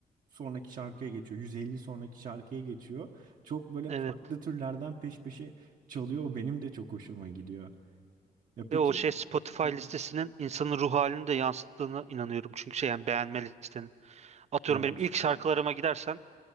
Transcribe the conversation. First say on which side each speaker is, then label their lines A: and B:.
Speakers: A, on the right; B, on the right.
A: sonraki şarkıya geçiyor. 150 sonraki şarkıya geçiyor. Çok böyle
B: Evet.
A: farklı türlerden peş peşe çalıyor. O benim de çok hoşuma gidiyor. Ya peki
B: Ve o şey Spotify listesinin
A: Hı hı.
B: insanın ruh halini de yansıttığını inanıyorum. Çünkü şey yani beğenme listenin. Atıyorum
A: evet.
B: benim ilk şarkılarıma gidersen